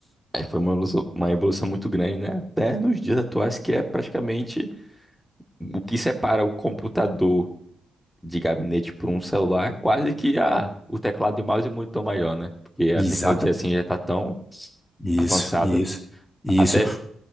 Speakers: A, in the centre; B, on the left (about 20°).
A: aí foi uma evolução, uma evolução muito grande, né? Até nos dias atuais, que é praticamente o que separa o computador de gabinete por um celular, é quase que ah, o teclado e o mouse e o monitor maior, né? Porque a
B: Exatamente.
A: tecnologia, assim, já está tão
B: Isso,
A: avançada.
B: isso, isso,
A: até